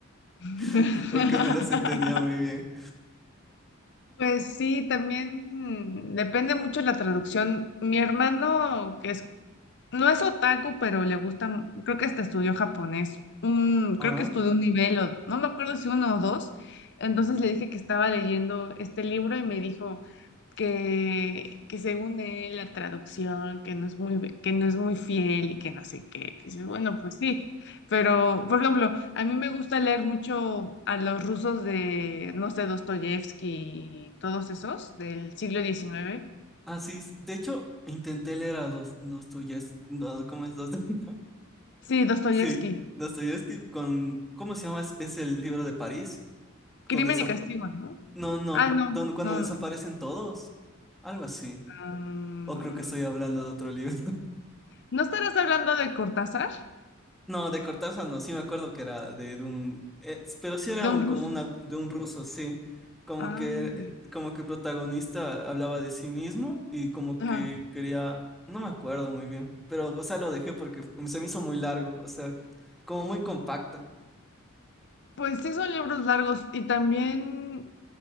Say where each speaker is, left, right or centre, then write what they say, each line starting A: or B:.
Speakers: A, on the left; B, in the centre.
A: <laughs>
B: <laughs> porque no las entendía muy bien.
A: Pues sí, también depende mucho de la traducción. Mi hermano, que es No es otaku, pero le gusta, creo que hasta estudió japonés. Un,
B: Ah,
A: creo que estudió un nivel, o, no me acuerdo si uno o dos. Entonces le dije que estaba leyendo este libro y me dijo que, que según él la traducción, que no es muy, ve- que no es muy fiel y que no sé qué. Dices, bueno, pues sí. Pero, por ejemplo, a mí me gusta leer mucho a los rusos de, no sé, Dostoyevsky y todos esos del siglo XIX.
B: ah, sí, s- de hecho, intenté leer a dos, Dostoyevsky, no, ¿cómo es Dostoyevsky?
A: Sí, Dostoyevsky.
B: <laughs> Sí, Dostoyevsky con, ¿cómo se llama? Es, es el libro de París,
A: Crimen
B: donde, esa-
A: y castigo, ¿no?
B: no, no,
A: Ah, no,
B: donde, cuando
A: no,
B: desaparecen
A: no.
B: todos, algo así.
A: Ah,
B: O creo que estoy hablando de otro libro.
A: ¿no estarás hablando de Cortázar?
B: No, de Cortázar no, sí me acuerdo que era de, de un, eh, pero sí era
A: De
B: un,
A: un
B: como
A: ruso.
B: una, de un ruso, sí, como
A: Ah,
B: que,
A: no. mira.
B: eh, como que el protagonista hablaba de sí mismo y como
A: Ajá.
B: que quería, no me acuerdo muy bien, pero, o sea, lo dejé porque fue- se me hizo muy largo, o sea, como muy compacto.
A: Pues sí son libros largos y también